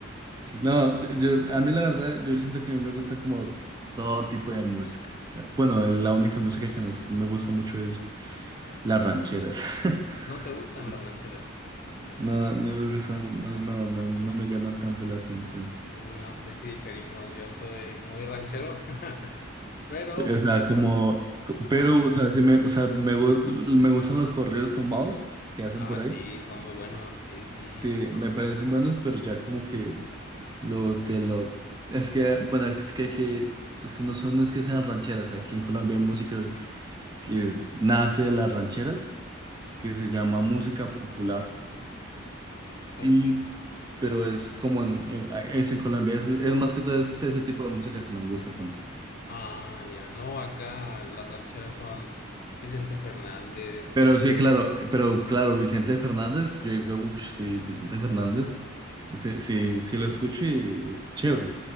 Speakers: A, on the right; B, on the left.
A: sí, no, yo, a mí la verdad, yo siento que a mí me gusta como todo tipo de música. O sea, Bueno, la única música que nos- me gusta mucho es las rancheras.
B: ¿No te gustan
A: <laughs>
B: las rancheras?
A: No, no me gustan no, no, no, no me llama tanto la atención.
B: Uy, no, pues ahí sí diferimos. Yo soy muy ranchero, <laughs> pero,
A: O sea,
B: pero,
A: como,
B: ajá.
A: pero, o sea, sí me, o sea, me, gu- me gustan los corridos tumbados que hacen
B: Ah,
A: por
B: sí,
A: ahí.
B: son muy buenos, sí, sí,
A: Sí,
B: sí, no,
A: me
B: no,
A: parecen
B: no.
A: buenos, pero ya como que lo te lo es que bueno, es que, que- es que no son no es que sean rancheras, aquí en Colombia hay música que es- nace de las rancheras, que se llama música popular
B: Ok.
A: y pero es como en, en- es en Colombia, es, es más que todo es ese tipo de música que no me gusta tanto.
B: Ah, ya, no, acá las rancheras son Vicente Fernández,
A: Pero
B: Juan
A: sí,
B: Carlos
A: claro,
B: Luna.
A: eh, pero claro, Vicente Fernández, yo digo, uff, sí, Vicente Fernández, sí, sí, sí lo escucho y es chévere.